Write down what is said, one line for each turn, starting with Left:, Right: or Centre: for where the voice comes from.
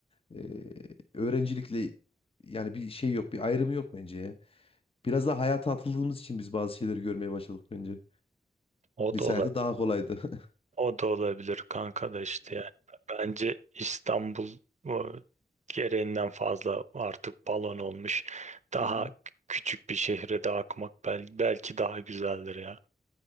Left: eee, öğrencilikle yani bir şey yok, bir ayrımı yok bence ya. Biraz da hayata atıldığımız için biz bazı şeyleri görmeye başladık bence.
Right: O
Left: Lise
Right: da
Left: hayatı daha kolaydı. <laughs>
Right: O da olabilir kanka da işte yani. Bence İstanbul o, gereğinden fazla artık balon olmuş. Daha
Left: Hı hı.
Right: küçük bir şehre de akmak bel- belki daha güzeldir ya.